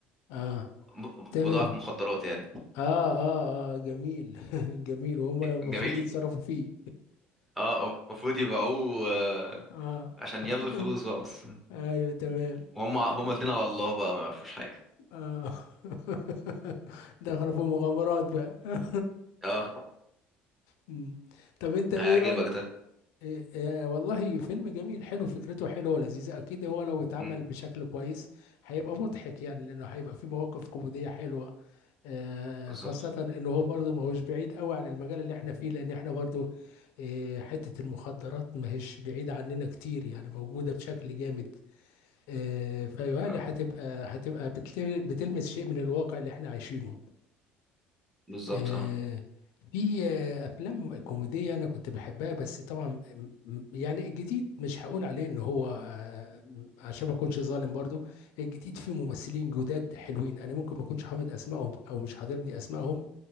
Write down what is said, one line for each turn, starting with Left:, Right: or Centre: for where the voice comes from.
Left: اه
Centre: ب-
Left: تمام
Centre: بضاعة مخدرات يعني
Left: اه اه اه جميل <laughs> جميل وهم
Centre: <laughs>
Left: المفروض
Centre: جميل
Left: يتصرفوا فيه
Centre: اه المفروض يبيعوه آه،
Left: اه
Centre: عشان
Left: <laughs>
Centre: ياخدوا الفلوس بقى بس
Left: ايوه تمام
Centre: وهم هما
Left: تمام.
Centre: الاتنين على الله بقى ما يعرفوش حاجة
Left: اه <laughs> دخلوا في مغامرات بقى <laughs>
Centre: اه
Left: مم. طب انت ايه
Centre: هيعجبك
Left: رأيك
Centre: ده
Left: إيه إيه والله فيلم جميل حلو فكرته حلوة ولذيذة أكيد هو لو اتعمل
Centre: مم،
Left: بشكل كويس هيبقى مضحك يعني لأنه هيبقى فيه مواقف كوميدية حلوة آه
Centre: بالظبط
Left: خاصة إنه هو برضه ما هوش بعيد قوي عن المجال اللي إحنا فيه لأن إحنا برضه آه حتة المخدرات ما هيش بعيدة عننا كتير يعني موجودة بشكل جامد آه فيهيألي
Centre: آه،
Left: هتبقى هتبقى بتل- بتلمس شيء من الواقع اللي إحنا عايشينه
Centre: بالظبط
Left: آه،
Centre: اه
Left: في آه، افلام كوميديه انا كنت بحبها بس طبعا م- م- يعني الجديد مش هقول عليه ان هو آه، م- عشان ما اكونش ظالم برضو الجديد فيه ممثلين جداد حلوين انا ممكن ما اكونش حافظ اسمائهم او مش حاضرني اسمائهم